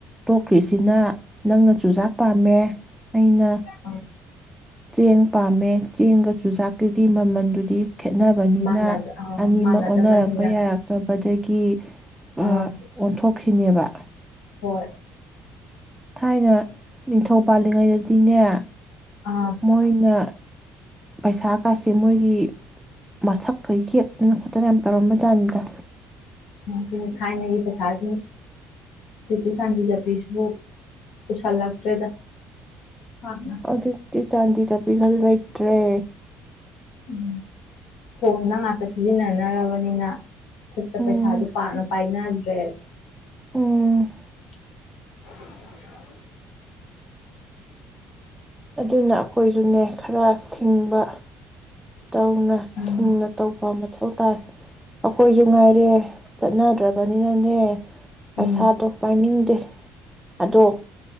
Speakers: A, in the centre; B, on the left.
A: ꯇꯣꯛꯈ꯭ꯔꯤꯁꯤꯅ ꯅꯪꯅ ꯆꯨꯖꯥꯛ ꯄꯥꯝꯃꯦ ꯑꯩꯅ
B: ꯑ
A: ꯆꯦꯡ ꯄꯥꯝꯃꯦ ꯆꯦꯡꯒ ꯆꯨꯖꯥꯛꯀꯒꯤ ꯃꯃꯜꯗꯨꯗꯤ ꯈꯦꯠꯅꯕꯅꯤꯅ
B: ꯃꯥꯟꯅ ꯑꯥ
A: ꯑꯅꯤꯃꯛ
B: ꯃꯥꯟꯅꯗꯕꯅꯤꯅ
A: ꯑꯣꯟꯅꯔꯛꯄ ꯌꯥꯔꯛꯇꯕꯗꯒꯤ ꯀ ꯎꯝ
B: ꯑꯥ
A: ꯑꯣꯟꯊꯣꯛꯈꯤꯅꯦꯕ
B: ꯍꯣꯏ
A: ꯊꯥꯏꯅ ꯅꯤꯡꯊꯧ ꯄꯥꯜꯂꯤꯉꯩꯗꯗꯤꯅꯦ
B: ꯑꯥ
A: ꯃꯣꯏꯅ ꯄꯩꯁꯥ ꯀꯥꯁꯦ ꯃꯣꯏꯒꯤ ꯃꯁꯛꯀ ꯌꯦꯛꯇꯅ ꯈꯣꯠꯇꯅ ꯌꯥꯝ ꯇꯧꯔꯝꯕ ꯖꯥꯠꯅꯤꯗ
B: ꯑꯗꯨꯅ ꯊꯥꯏꯅꯒꯤ ꯄꯩꯁꯥꯗ ꯀꯤꯁꯥꯟꯒꯤ ꯖꯄꯤꯁꯨ ꯄꯨꯁꯜꯂꯛꯇ꯭ꯔꯦꯗ ꯑꯥ
A: ꯑꯗꯨꯗꯤ ꯆꯥꯟꯗꯤ ꯆꯠꯄꯤꯈꯜ ꯂꯩꯇ꯭ꯔꯦ
B: ꯎꯝ ꯊꯣꯡꯅ ꯉꯥꯛꯇ ꯁꯤꯖꯤꯟꯅꯅꯔꯕꯅꯤꯅ ꯈꯨꯠꯇ
A: ꯎꯝ
B: ꯄꯩꯁꯥꯁꯨ ꯄꯥꯅ ꯄꯥꯏꯅ ꯔꯦ
A: ꯎꯝ
B: <inaudible>
A: ꯑꯗꯨꯅ ꯑꯩꯈꯣꯏꯁꯨꯅꯦ ꯈꯔ ꯁꯤꯡꯕ ꯇꯧꯅ
B: ꯎꯝ
A: ꯁꯤꯡꯅ ꯇꯧꯕꯑꯃꯜꯛ ꯁꯧꯇꯥꯏ ꯑꯩꯈꯣꯏꯁꯨ ꯉꯥꯏꯔꯦ ꯆꯠꯅꯗ꯭ꯔꯕ ꯑꯅꯤꯟꯅꯦ ꯄꯩꯁꯥꯗꯣ
B: ꯎꯝ
A: ꯄꯥꯏꯅꯤꯡꯗꯦ ꯑꯗꯣ